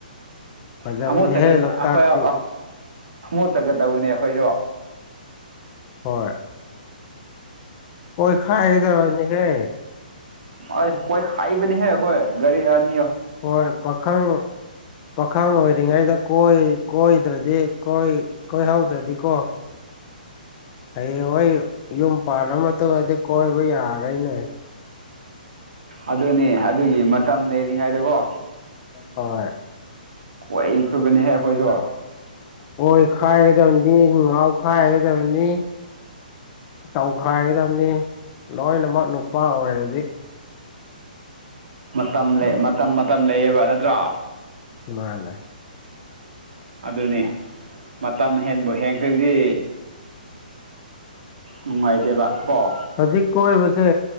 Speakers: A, on the left; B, on the right.
A: ꯐꯖꯕꯅꯦꯍꯦ
B: ꯈꯣꯡꯃꯣꯠꯆꯠꯀꯗꯧꯕꯅꯦ
A: ꯂꯣꯛꯇꯥꯛꯇꯤ
B: ꯑꯩꯈꯣꯏꯁꯨ
A: ꯍꯣꯏ ꯀꯣꯏ ꯈꯥꯏꯗꯅꯤ ꯍꯦ
B: ꯑꯀꯣꯏ ꯈꯥꯏꯕꯅꯤ ꯍꯦ ꯑꯩꯈꯣꯏ ꯔꯤꯅꯤ
A: ꯍꯣꯏ ꯄꯥꯈꯪ ꯄꯥꯈꯪ ꯑꯣꯏꯔꯤꯉꯩꯗ ꯀꯣꯏꯗ꯭ꯔꯗꯤ ꯀꯣꯏꯍꯧꯗ꯭ꯔꯗꯤꯀꯣ ꯍꯌꯦꯡ ꯍꯣꯏ ꯌꯨꯝ ꯄꯥꯜꯂ ꯃꯇꯨꯡꯗꯗꯤ ꯀꯣꯏꯕ ꯌꯥꯔꯔꯣꯏꯅꯦ
B: ꯑꯗꯨꯅꯦ ꯑꯗꯨꯒꯤ ꯃꯇꯝ ꯂꯩꯔꯤꯉꯩꯗꯀꯣ
A: ꯍꯣꯏ
B: ꯀꯣꯏꯈꯣꯏꯕꯅꯤꯍ ꯑꯩꯈꯣꯏꯁꯨ
A: ꯍꯣꯏ ꯈꯥꯏꯒꯗꯕꯅꯤ ꯉꯥꯎꯈꯥꯏꯒꯗꯕꯅꯤ ꯇꯧꯈꯥꯏꯒꯗꯕꯅꯤ ꯂꯣꯏꯅꯃꯛ ꯅꯨꯄꯥ ꯑꯣꯏꯔꯗꯤ
B: ꯃꯇꯝ ꯂꯩ ꯃꯇꯝ ꯃꯇꯝ ꯂꯩꯌꯦꯕ ꯅꯠꯇ꯭ꯔꯥ
A: ꯃꯥꯅꯦ
B: ꯑꯗꯨꯅꯤ ꯃꯇꯝ ꯍꯦꯟꯕꯨ ꯍꯦꯟꯈ꯭ꯔꯗꯤ ꯅꯨꯡꯉꯥꯏꯇꯦꯕ ꯑꯣ
A: ꯍꯧꯖꯤꯛ ꯀꯣꯏꯔꯤꯕꯁꯦ